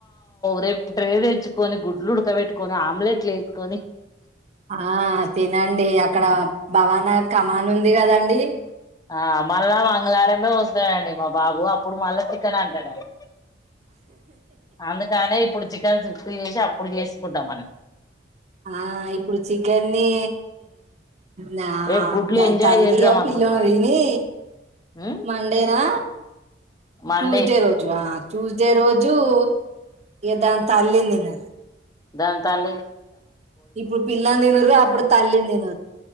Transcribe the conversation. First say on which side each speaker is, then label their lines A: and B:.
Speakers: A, on the left; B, on the right.
A: రేపు ట్రే తెచ్చుకొని గుడ్లు ఉడకబెట్టుకొని ఆమ్లెట్లు వేసుకొని
B: ఆ తినండి అక్కడ భవానా కఖమాన్ ఉంది కదండి ఎ
A: ఆ మళ్ళా మంగళారమే వస్తాడండి మా బాబు అప్పుడు మళ్ళా చికెన్ అంటాడండి అందు కానే పడుచ చేసి అప్పుడు చేసుకుంటాం మని
B: ఆ ఇప్పుడు చికెన్ని నా
A: రేపు గుడ్లు
B: దాని
A: ఎంజాయ్
B: తల్లియా
A: చేద్దాం అనుకుంటున్నాం
B: పిల్ల దీని
A: ఉమ్
B: మండేనా
A: మండే
B: ట్యూస్డే రోజు ట్యూస్డే రోజు ఇక దాని తల్లి నిన్న
A: దాంతల
B: ఇప్పుడు పిల్లని తను అప్పుడు తల్లిందిను